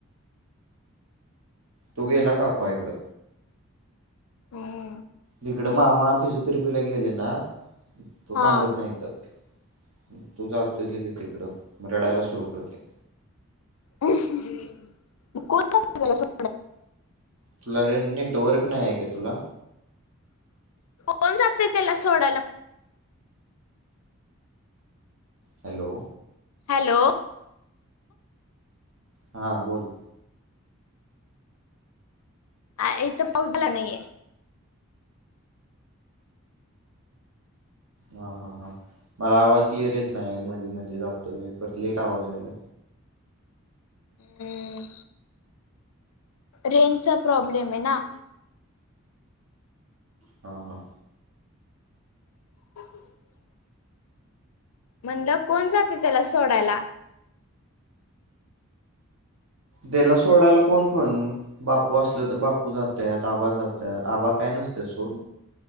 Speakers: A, on the right; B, on the left.
A: तो गेलाय काकू आय कडं.
B: हम्म
A: तिकडं मामा फिजोथेरपीला गेले ना तो
B: हा
A: थांबत नाहीत इकडं. तू जातो लगेच तिकडं मग रडायला सुरु करते.
B: <unintelligible>
A: तुला रे नेटवर्क नाही आहे का तुला?
B: कोण जातंय त्याला सोडायला?
A: हॅलो
B: हॅलो
A: हा बोल.
B: आ इथं पाऊस झाला नाहीये.
A: हां हां हां मला आवाज क्लिअर येत नाही मध्ये मध्ये जातोय परत लेट आवाज यायला
B: हम्म रेंजचा प्रॉब्लेम आहे ना.
A: हा हा
B: <inaudible> म्हणलं कोण जातं त्याला सोडायला?
A: त्याला सोडायला कोण पण. बापू असलं तर बापू जात्यात, आबा जात्या, आबा काय नसता सोड.